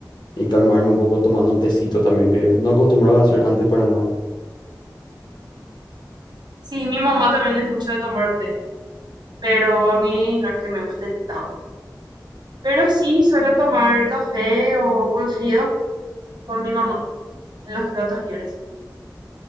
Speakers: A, on the left (about 75°); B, on the right (about 80°).
A: y calmarme un poco tomando un tecito también, que no acostumbraba a hacer antes para nada.
B: Sí, mi mamá también es mucho de tomar té, pero a mí no es que me guste tanto. Pero sí, suelo tomar café o cocido con mi mamá en los ratos libres.